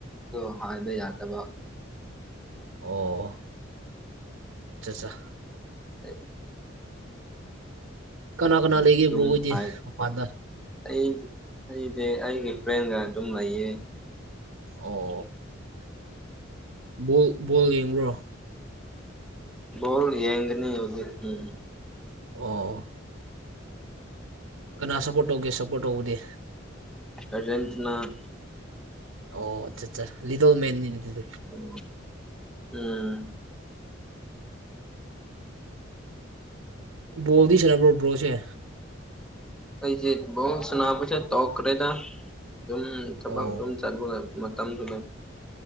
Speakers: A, in the centre; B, on the right (about 85°).
A: ꯗꯣ ꯍꯥꯏꯕ ꯌꯥꯗꯕ꯫
B: ꯑꯣ ꯑꯆꯥ ꯆꯥ
A: ꯑꯩ
B: ꯀꯅꯥ ꯀꯅꯥ ꯂꯩꯒꯦꯕ꯭ꯔꯣꯣꯏꯗꯤ
A: ꯑꯗꯨꯝ ꯍꯥꯏ
B: ꯃꯄꯥꯟꯗ
A: ꯑꯩ ꯑꯩꯗꯤ ꯑꯩꯒꯤ ꯐ꯭ꯔꯦꯟꯒ ꯑꯗꯨꯝ ꯂꯩꯌꯦ꯫
B: ꯑꯣ ꯕꯣꯜ ꯕꯣꯜ ꯌꯦꯡꯕ꯭ꯔꯣ?
A: ꯕꯤꯜ ꯌꯦꯒꯅꯤ ꯍꯧꯒ ꯎꯝ
B: ꯑꯣ ꯀꯅꯥ ꯁꯄꯣꯔꯠ ꯇꯧꯒꯦ ꯁꯞꯄꯣꯔꯠ ꯇꯧꯕꯗꯦ꯫
A: ꯑꯔꯖꯦꯟꯇꯅ
B: ꯑꯣ ꯑꯆꯥ ꯑꯆꯥ ꯂꯤꯗꯧ ꯃꯦꯟꯅꯤꯅꯤ ꯫
A: ꯑꯣ ꯎꯝ
B: ꯕꯣꯜꯗꯤ ꯁꯥꯟꯅꯕ꯭ꯔꯣ ꯕ꯭ꯔꯣꯁꯦ
A: ꯑꯩꯁꯦ ꯕꯣꯜ ꯁꯅꯕꯁꯦ ꯇꯧꯈ꯭ꯔꯦꯗ ꯑꯗꯨꯝ ꯊꯕꯛ
B: ꯑꯣ
A: ꯗꯨꯝ ꯆꯠꯄꯒ ꯃꯇꯝꯗꯨ